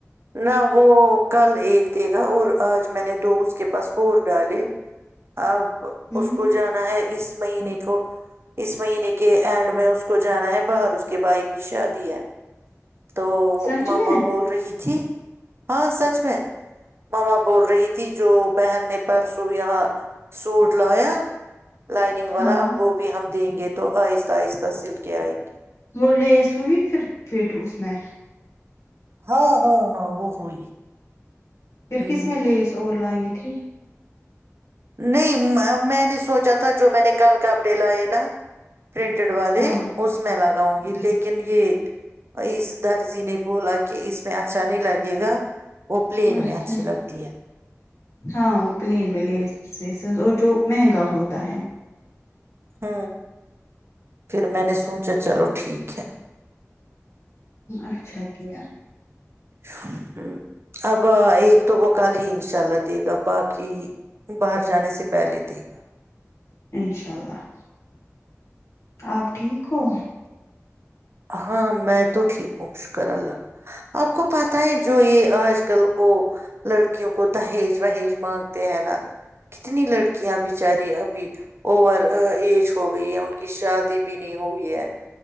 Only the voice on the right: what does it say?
نہ وہ کل ایک دے گا اور آج میں نے دو اس کے پاس اور ڈالے ا
اس کو جانا ہے اس مہینے کو اس مہینے کے اینڈ میں اس کو جانا ہے باہر اس کے بھائی کی شادی ہے تو
ماما
بول رہی تھی ت ہاں سچ میں ماما بول رہی تھی جو بہن نے پرسوں یہاں سوٹ لایا لائنگ والا
ا وہ بھی ہم دیں گے تو آہستہ آہستہ سلک کیا آئیں گے
ہاں ہاں ہاں وہ ہوئی
ہ
نہیں میں نے سوچا تھا جو میں نے کل کاپ ڈے لائےائے نا پرنٹڈ والے
اس میں الگ گاؤں گی لیکن یہ اس در جی نے بولا کہ اس میں اچھا نہیں لگے گا <inaudible> میں
اچھی لگتی ہے
ہ پھر میں نے سوچا چلو ٹھیک ہے <unintelligible>
ہ اب ایک تو وہ کل ہی انشاء اللہ دے گا باقی باہر جانے سے پہلے دے گا
ہاں میں تو ٹھیک ہوں شکر اللہ کا آپ کو پتا ہے جو یہ آج کل وہ لڑکیوں کو دہیج وہیج مانگتے ہیں نا کتنی لڑکیاں بچاری ابھی اوور ایج ہو گئی ہے ان کی شادی بھی نہیں ہوئی ہے